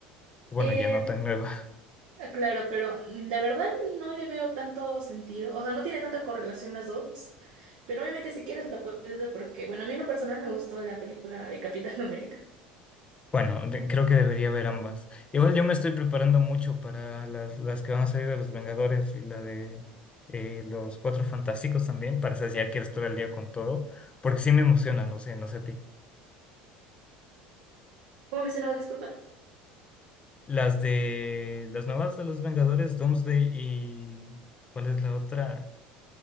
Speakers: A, on the left; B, on the right.
A: Bueno,
B: Eh,
A: ya no tan nueva.
B: Ah, Claro, pero la verdad no le veo tanto sentido, o sea, no tiene tanta correlación las dos, pero obviamente si quieres la puedes ver porque, bueno, a mí en lo personal me gustó la película de Capitán <laughs> América.
A: Bueno, de- creo que debería haber ambas. Igual yo me estoy preparando mucho para las, las que van a salir de los Vengadores y la de eh, los Cuatro Fantásticos también. Para esas ya quiero estar al día con todo, porque sí me emocionan, no sé, no sé a ti.
B: ¿Cómo mencionabas, disculpa?
A: Las de las nuevas de los Vengadores, Doomsday y ¿cuál es la otra?